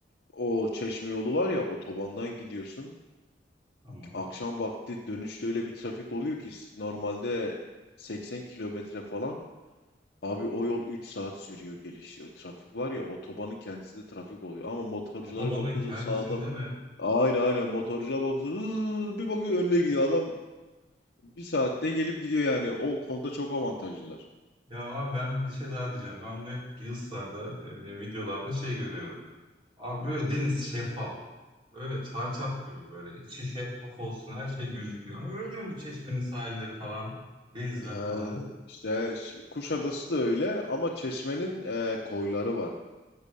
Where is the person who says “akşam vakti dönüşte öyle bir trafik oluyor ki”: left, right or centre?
Left